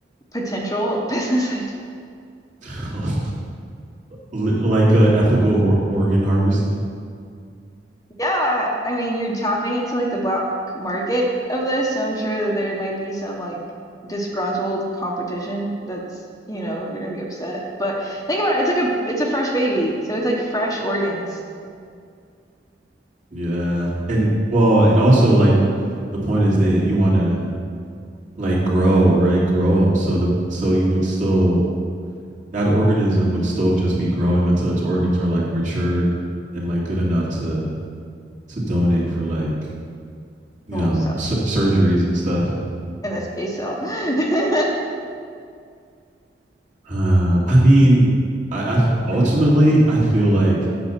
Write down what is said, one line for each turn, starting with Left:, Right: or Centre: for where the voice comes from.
Left: potential <laughs> business idea.
Right: <laughs> like a ethical hor- organ harvesting.
Left: Yeah, I mean, you're tapping into like the black market of this, so I'm sure that there might be some like disgruntled competition that's, you know, gonna be upset. But think about it, it's like a it's a fresh baby, so it's like fresh organs.
Right: Yeah. And well, and also like the point is that you want to like grow, right? Grow them. So the so you would still that organism would still just be growing until its organs are like matured and like good enough to to donate for like, you
Left: Well,
Right: know,
Left: so
Right: sur- surgeries and stuff.
Left: in this case, so. <laughs>
Right: Uh I mean, I, I ultimately
Left: Yeah.
Right: I feel like